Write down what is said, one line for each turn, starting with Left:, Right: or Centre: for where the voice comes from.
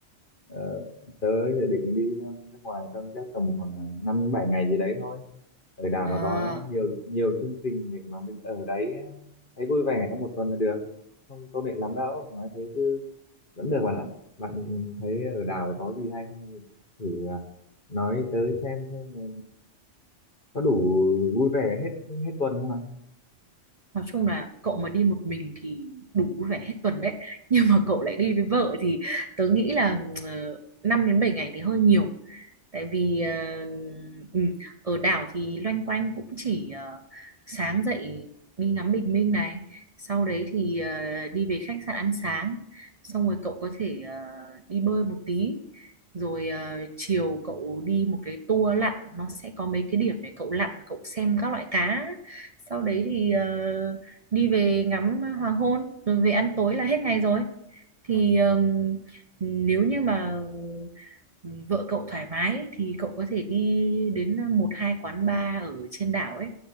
Left: ờ, tớ dự định đi ừ, nước ngoài trong các tầm khoảng 5 đến 7 ngày gì đấy thôi. Ở đảo
Right: À,
Left: mà có nhiều nhiều chương trình để mà mình ở đấy ờ, thấy vui vẻ trong một tuần là được. Không công nghệ lắm đâu, nói thế chứ vẫn được bạn ạ. Bạn thấy ở đảo có gì hay không? thì Thử ờ, nói tới xem xem ờ, có đủ vui vẻ hết hết tuần không ạ
Right: nói chung là cậu mà đi một mình thì đủ vui vẻ hết tuần đấy. <laughs> Nhưng mà cậu lại đi với vợ thì tớ nghĩ là uh, 5 đến 7 ngày thì hơi nhiều. tại vì
Left: Ừ.
Right: ờ, ừ, ở đảo thì loanh quanh cũng chỉ ờ, sáng dậy đi ngắm bình minh này sau đấy thì ờ, đi về khách sạn ăn sáng xong rồi cậu có thể ờ, đi bơi một tí rồi ờ, chiều cậu đi một cái tour lặn nó sẽ có mấy cái điểm để cậu lặn cậu xem các loại cá sau đấy thì ờ, đi về ngắm hoàng hôn rồi về ăn tối là hết ngày rồi thì ờm, nếu như mà vợ cậu thoải mái thì cậu có thể đi đến ờ, một hai quán bar ở trên đảo ấy